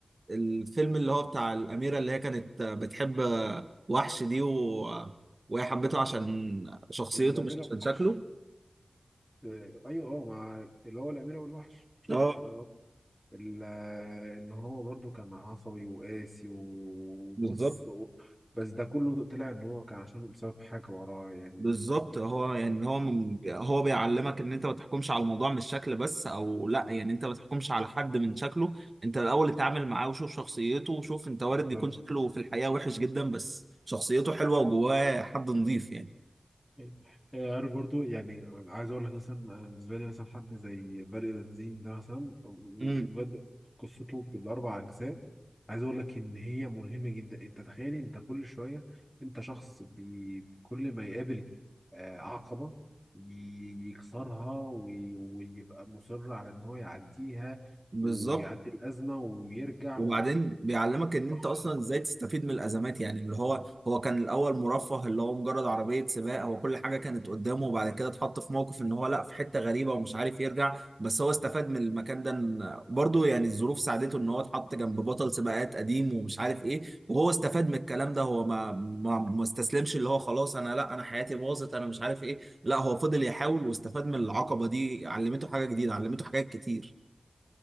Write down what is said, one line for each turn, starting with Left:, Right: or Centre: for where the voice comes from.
Right: الفيلم اللي هو بتاع الأميرة اللي هي كانت بتحب وحش دي و... وهي حبته عشان شخصيته
Centre: الاميره
Right: مش عشان
Centre: والوحش
Right: شكله
Centre: آه، ايوه اه مع اللي هو الاميره والوحش شفت
Right: اه
Centre: ده آه. ال- آه، ان هو برضو كان عصبي وقاسي وبص
Right: بالظبط
Centre: و... بس ده كله طلع ان هو كان عشان بسبب حاجه وراه يعني
Right: بالظبط هو يعني هو من هو بيعلمك ان انت ما تحكمش على الموضوع من الشكل بس او لا يعني انت ما تحكمش على حد من شكله انت الاول اتعامل معاه وشوف شخصيته وشوف انت وارد
Centre: بالظبط
Right: يكون شكله في الحقيقة وحش جدا بس شخصيته حلوة وجواه حد نظيف يعني
Centre: طيب. آه، عارف برضو يعني عايز اقول لك مثلا انا بالنسبه لي مثلا حد زي برق بنزين ده مثلا و- و-
Right: امم
Centre: وبجد قصته بالاربع اجزاء عايز اقول لك ان هي ملهمه جدا انت تخيلي انت كل شويه انت شخص بي كل ما يقابل آه، عقبه ي- يكسرها وي- ويبقى مصر على ان هو يعديها
Right: بالظبط
Centre: ويعدي الازمه ويرجع
Right: وبعدين بيعلمك ان انت
Centre: ويضحي
Right: اصلا ازاي تستفيد من الازمات يعني اللي هو هو كان الاول مرفه اللي هو مجرد عربيه سباق هو كل حاجه كانت
Centre: <laughs>
Right: قدامه وبعد كده اتحط في موقف ان هو لا في حته غريبه ومش عارف يرجع بس هو استفاد من المكان ده إن- برضه يعني الظروف ساعدته ان هو اتحط جنب بطل سباقات قديم ومش عارف ايه وهو استفاد من الكلام ده هو ما ما ما استسلمش اللي هو خلاص انا لا انا حياتي باظت انا مش عارف ايه لا هو فضل يحاول واستفاد من العقبه دي علمته حاجه جديده علمته حاجات كتير